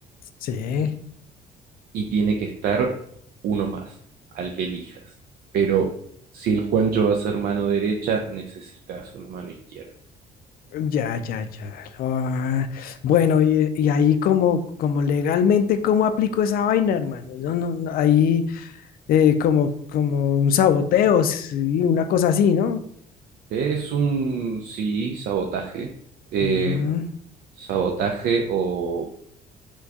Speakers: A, on the left; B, on the right.
A: Sí,
B: y tiene que estar uno más, al que elijas. Pero si el Juancho va a ser mano derecha, necesitas una mano izquierda.
A: ya, ya, ya. Ah, bueno, y, y ahí como, como legalmente, ¿cómo aplico esa vaina, hermano? No, no, no, ahí eh, como, como un saboteo, sí, una cosa así, ¿no?
B: Es un, sí, sabotaje. eh,
A: Mm,
B: sabotaje o,